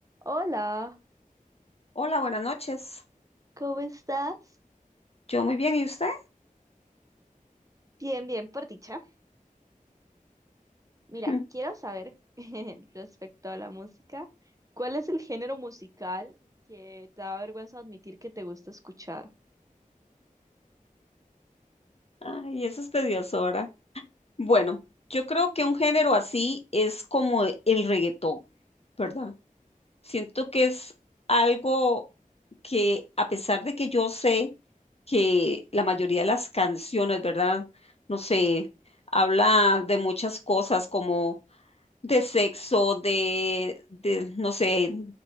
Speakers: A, on the right (about 25°); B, on the left (about 45°).
A: Hola,
B: Hola, buenas noches.
A: ¿cómo estás?
B: Yo muy bien, ¿y usted?
A: Bien, bien, por dicha. Mira,
B: <laughs>
A: quiero saber <laughs> respecto a la música, ¿cuál es el género musical que te da vergüenza admitir que te gusta escuchar?
B: Ay, eso es tedioso, ¿verdad? Bueno, yo creo que un género así es como el reggaetón, ¿verdad? Siento que es algo que, a pesar de que yo sé que la mayoría de las canciones, ¿verdad? No sé, habla de muchas cosas como de sexo, de, de, no sé,